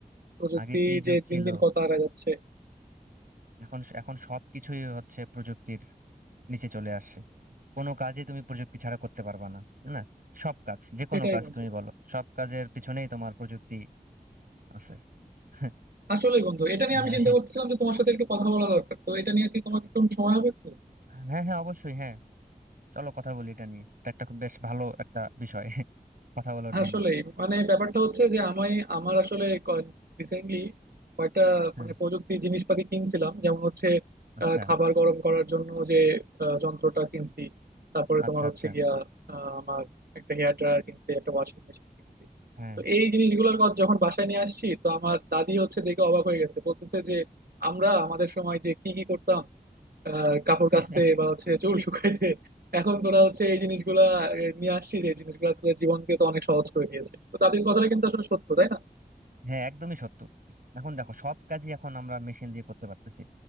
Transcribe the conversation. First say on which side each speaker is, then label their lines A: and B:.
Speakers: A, on the right (about 85°); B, on the right (about 70°).
A: প্রযুক্তি
B: আগে কি যুগ
A: যে
B: ছিল
A: দিন দিন কত আগায় যাচ্ছে
B: এখন এখন সবকিছুই হচ্ছে প্রযুক্তির নিচে চলে আসছে কোনো কাজে তুমি প্রযুক্তি ছাড়া করতে পারবে না তাই না সব কাজ যে
A: সেটাই
B: কোনো কাজ
A: বন্ধু
B: তুমি বলো সব কাজের পিছনেই তোমার প্রযুক্তি আছে <laughs>
A: আসলেই বন্ধু এটা নিয়ে
B: হ্যাঁ
A: আমি চিন্তা করতেছিলাম যে তোমার সাথে একটু কথা বলা দরকার তো এটা নিয়ে কি তোমার একটু সময় হবে একটু
B: হ্যাঁ হ্যাঁ অবশ্যই হ্যাঁ চলো কথা বলি এটা নিয়ে এটা একটা খুব বেশ ভালো একটা বিষয় <laughs> কথা বলার জন্য
A: আসলে মানে ব্যাপারটা হচ্ছে যে আমি আমার আসলে রিসেন্টলি কয়েকটা
B: হ্যাঁ
A: মানে প্রযুক্তি জিনিসপাতি কিনছিলাম যেমন হচ্ছে
B: আচ্ছা
A: আহ, খাবার গরম করার জন্য যে আহ, যন্ত্রটা কিনছি তারপরে
B: আচ্ছা
A: তোমার
B: আচ্ছা
A: হচ্ছে গিয়া আহ, আমার একটা হেয়ার ড্রায়ার কিনছি একটা ওয়াশিং মেশিন কিনছি
B: হ্যাঁ
A: তো এই জিনিসগুলোর কথা যখন বাসায় নিয়ে আসছি তো আমার দাদি হচ্ছে দেখে অবাক হয়ে গেছে বলতেছে যে আমরা আমাদের সময় যে কি কি করতাম আহ কাপড়
B: <laughs>
A: কাচতে বা হচ্ছে চুল শুকাইতে এখন তোরা হচ্ছে এই জিনিসগুলা আহ, নিয়ে আসছিস এই জিনিসগুলা তোদের জীবনকে তো অনেক সহজ করে দিয়েছে তো তাদের কথাটা কিন্তু আসলে সত্য তাই না
B: হ্যাঁ একদমই সত্য এখন দেখো সব কাজই এখন আমরা মেশিন দিয়ে করতে পারতেছি